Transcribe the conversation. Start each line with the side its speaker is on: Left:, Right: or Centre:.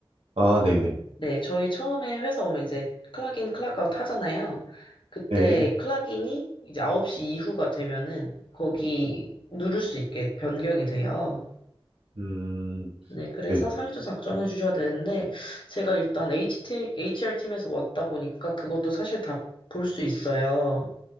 Right: 아, 네네.
Left: 네, 저희 처음에 회사 오면 이제 클락인, 클락아웃 하잖아요. 그때
Right: 네.
Left: 클락인이 이제 9시 이후가 되면은 거기 누를 수 있게 변경이 돼요.
Right: 음,
Left: 네, 그래서
Right: 네.
Left: 사유도 작성해 주셔야 되는데, 제가 일단 HT, HR팀에서 왔다 보니까 그것도 사실 다 볼 수 있어요.